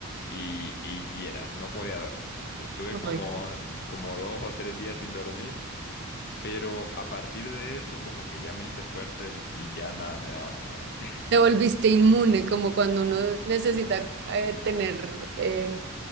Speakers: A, on the left (about 45°); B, on the right (about 50°).
A: y, y vieras, no podía dormir. O sea, estuve como,
B: Ay,
A: como dos o tres días sin dormir, pero a partir de eso como que ya me hice fuerte y ya nada me daba miedo. <laughs>
B: te volviste inmune, como cuando uno necesita eh, tener, eh,